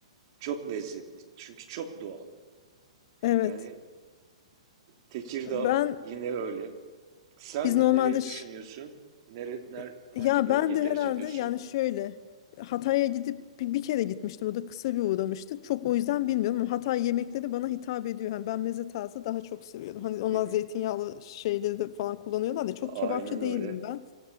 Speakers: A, on the right; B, on the left.
A: Çok lezzetli. Çünkü çok doğal.
B: Evet.
A: Yani Tekirdağ
B: Ben
A: yine öyle. Sen
B: biz normalde
A: nereyi
B: ş-
A: düşünüyorsun? Nere, ner,
B: E,
A: hangi
B: Ya
A: bölgeyi
B: ben de
A: tercih
B: herhalde
A: ediyorsun?
B: yani şöyle Hatay'a gidip bir, bir kere gitmiştim. O da kısa bir uğramıştık. Çok o yüzden bilmiyorum ama Hatay yemekleri bana hitap ediyor. Hani ben meze tarzı daha çok seviyorum. Hani onlar
A: Hı hı.
B: zeytinyağlı şeyleri de falan kullanıyorlar da çok
A: Aynen
B: kebapçı
A: öyle.
B: değilim ben.